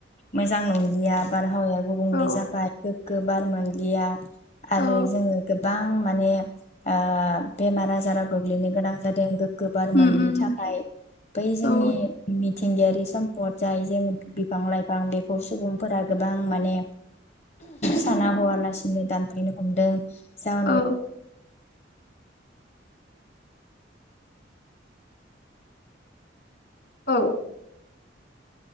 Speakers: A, on the left (about 35°); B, on the left (about 60°).
A: मोजां नंलिया बारहावाया गुबुंले
B: औ
A: जाबाय गोबार मोनलिया आरो
B: औ
A: जोङो गोबां माने ओ बेमार आजारा गोग्लैनो गोनां जादों। गोबार
B: उम
A: मोननि
B: उम
A: थाखाय बै जोंनि
B: औ
A: मिथिंगायारि समपद जाय जों बिफां लाइफां बेखौ सुबुंफोरा गोबां माने। साना हवालासिनो दानफायनो हमदों जाउनाव
B: औ। औ।